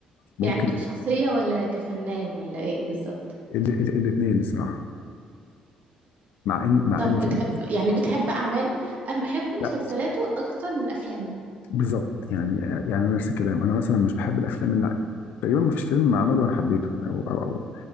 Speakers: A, on the left (about 70°); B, on the right (about 55°).
A: ممكن
B: يعني كشخصية ولا كفنان ولا إيه بالظبط
A: الاثنين الصراحة مع إن مع
B: طب
A: إن
B: بتحب
A: في
B: يعني بتحب أعماله أنا بحب
A: لا
B: مسلسلاته أكتر من أفلامه
A: بالظبط يعني يعني نفس الكلام أنا مثلا مش بحب الأفلام اللي تقريبا ما فيش فيلم عمله أنا حبيته أو أو أو